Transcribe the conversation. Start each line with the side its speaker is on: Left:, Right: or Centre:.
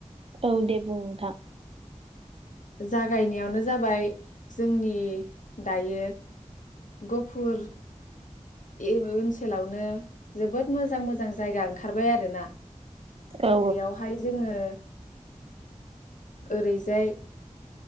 Right: औ दे बुं नोंथां
Left: जागायनायावनो जाबाय जोंनि दायो गुफुर बे ओनसोलावनो जोबोद मोजां मोजां जायगा ओंखारबाय आरोना
Right: औ
Left: बेयावहाय जोङो ओरैजाय